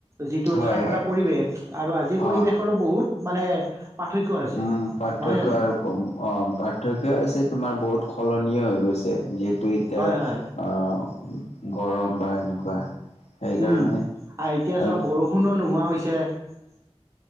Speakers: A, on the right (about 25°); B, on the left (about 85°).
A: যিটো
B: হয়
A: ঠাণ্ডা
B: হয়
A: পৰিৱেশ আৰু আজিৰ পৰিৱেশ
B: অ
A: হল বহুত। মানে। পাৰ্থক্য আছে
B: উম পাৰ্থক্য
A: নহয় জানো
B: আৰু অ পাৰ্থক্যও আছে। তোমাৰ বহুত সলনিয় । হৈ গৈছে যে। এতিয়া
A: হয় হয়
B: অ গৰম । বা এনেকুৱা। সেইকাৰণে
A: উম আৰু এতিয়া
B: আমি
A: চব বৰষুণো নোহোৱা হৈছে। এ।